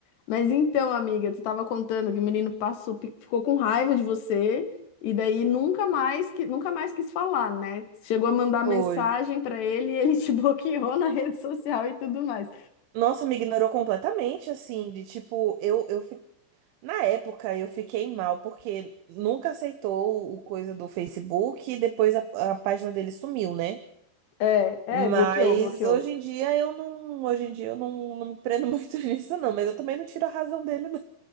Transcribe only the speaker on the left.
Mas então, amiga, tu tava contando que o menino passou, pi- ficou com raiva de você e daí nunca mais que nunca mais quis falar, né? Chegou a mandar mensagem
pra ele, e ele te <laughs> bloqueou na rede social e tudo mais.
É, é,
bloqueou, bloqueou.